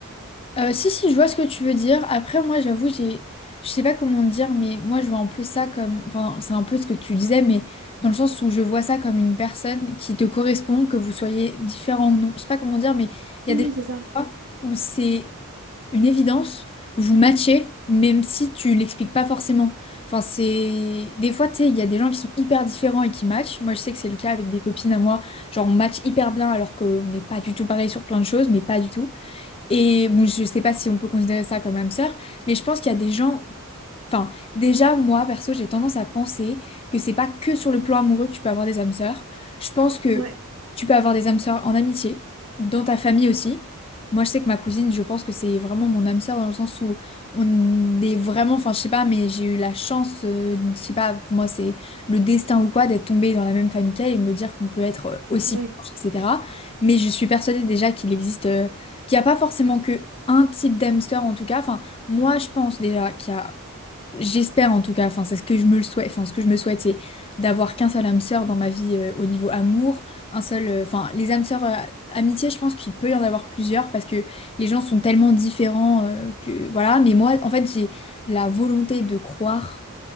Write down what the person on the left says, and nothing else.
Euh, si, si, je vois ce que tu veux dire. Après, moi, j'avoue, j'ai, je sais pas comment dire, mais moi, je vois un peu ça comme, enfin, c'est un peu ce que tu disais, mais dans le sens où je vois ça comme une personne qui te correspond, que vous soyez différent ou non. Je sais pas comment dire, mais il
y a des
fois où c'est une évidence, vous matchez, même si tu l'expliques pas forcément. Enfin, c'est, des fois, tu sais, il y a des gens qui sont hyper différents et qui matchent. Moi, je sais que c'est le cas avec des copines à moi, genre, on match hyper bien alors qu'on n'est pas du tout pareil sur plein de choses, mais pas du tout. Et bon, je sais pas si on peut considérer ça comme âme sœur, mais je pense qu'il y a des gens. Enfin, déjà, moi, perso, j'ai tendance à penser que c'est pas que sur le plan amoureux que tu peux avoir des âmes sœurs. Je pense que
tu peux avoir des âmes sœurs en amitié, dans ta famille aussi. Moi, je sais que ma cousine, je pense que c'est vraiment mon âme sœur dans le sens où on est vraiment. Enfin, je sais pas, mais j'ai eu la chance, euh, je sais pas, pour moi, c'est le destin ou quoi, d'être tombée dans la même famille qu'elle et de me dire qu'on peut être euh, aussi
proche, etc. Mais je suis persuadée déjà qu'il existe. euh, qu'il n'y a pas forcément que un type d'hamster en tout cas. Enfin, moi je pense déjà qu'il y a, j'espère en tout cas, enfin c'est ce que je me le souhaite, enfin ce que je me souhaite c'est d'avoir qu'un seul hamster dans ma vie euh, au niveau amour, un seul, euh, enfin les hamsters euh, amitié je pense qu'il peut y en avoir plusieurs parce que les gens sont tellement différents euh, que voilà. Mais moi en fait j'ai la volonté de croire